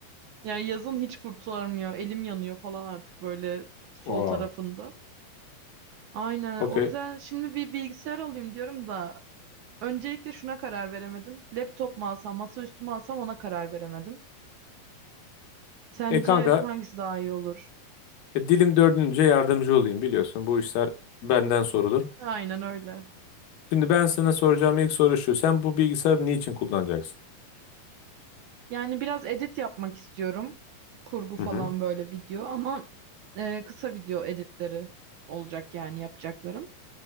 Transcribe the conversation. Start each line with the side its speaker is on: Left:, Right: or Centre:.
Right: Yani yazın hiç kurtulamıyor. Elim yanıyor falan artık böyle sol
Left: Aa,
Right: tarafında. Aynen.
Left: okey.
Right: O yüzden şimdi bir bilgisayar alayım diyorum da öncelikle şuna karar veremedim. Laptop mu alsam, masaüstü mü alsam ona karar veremedim. Sence
Left: E kanka
Right: hangisi daha iyi olur?
Left: e, dilim dördünce yardımcı olayım biliyorsun. Bu işler benden sorulur.
Right: Aynen öyle.
Left: Şimdi ben sana soracağım ilk soru şu. Sen bu bilgisayarı niçin kullanacaksın?
Right: Yani biraz edit yapmak istiyorum. Kurgu falan
Left: Hı hı
Right: böyle video ama e, kısa video editleri olacak yani yapacaklarım.